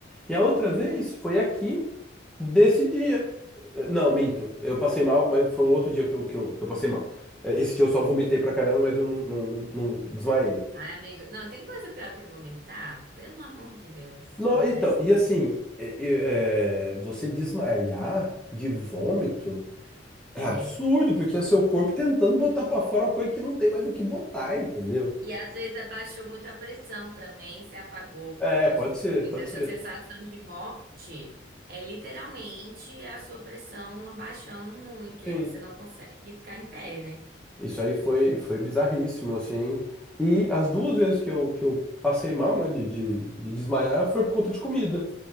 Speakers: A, in the centre; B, on the right.
A: E a outra vez foi aqui, desse dia. Eh, Não, minto, eu passei mal, mas foi um outro dia que eu, que eu, que eu passei mal. Eh, Esse dia eu só vomitei pra caramba, mas eu não, não, não não desmaiei.
B: Ai, amigo, não, tem coisa pior que vomitar? Pelo amor de Deus,
A: Não,
B: honestamente.
A: então, e assim, é- é- é, você desmaiar de vômito é
B: É.
A: absurdo, porque é seu corpo tentando botar pra fora uma coisa que não tem mais o que botar, entendeu?
B: E às vezes abaixou muito a pressão também, se apagou.
A: É,
B: Pode
A: pode
B: ter
A: ser,
B: sido isso.
A: pode
B: Essa
A: ser.
B: sensação de morte é literalmente a sua pressão abaixando muito
A: Sim.
B: e você não consegue ficar em pé, né?
A: Isso aí foi, foi bizarríssimo, assim. E as duas vezes que eu, que eu passei mal, né, de, de, de desmaiar, foi por conta de comida.